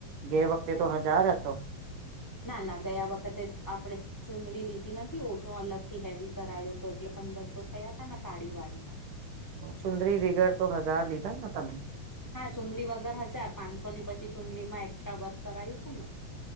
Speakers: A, on the right; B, in the centre.
A: ગે વખતે
B: હે
A: તો હજાર એતો
B: ના ના ગયા વખતે આપણે ચુંદડી લીધી નથી ઓટળું અલગ થી હેવી કરાયો તો એટલે પંદરસો થયા ત કાળી વાળીમાં
A: ચુંદરી વિગર તો હજાર લીધા ને તમે
B: હા ચુંડડી વગર હજાર પાંચસો ની પછી ચુંડડીમાં એકક્સ્ટ્રા વર્ક કરાયું હતું ને